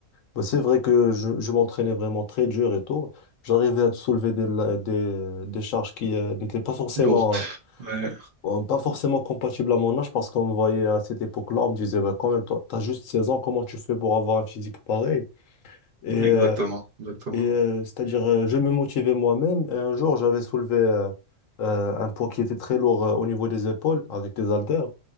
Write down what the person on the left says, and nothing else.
Ben, c'est vrai que je, je m'entraînais vraiment très dur et tout. J'arrivais à soulever des, la- des, des charges qui euh, n'étaient pas forcément.
euh,
Bon, Pas forcément compatible à mon âge parce qu'on me voyait à cette époque-là, on me disait, bah, quand même, toi, t'as juste 16 ans, comment tu fais pour avoir un physique pareil? Et, euh,
et euh, c'est-à-dire, euh, je me motivais moi-même. Et un jour, j'avais soulevé euh, euh, un poids qui était très lourd euh, au niveau des épaules avec des haltères.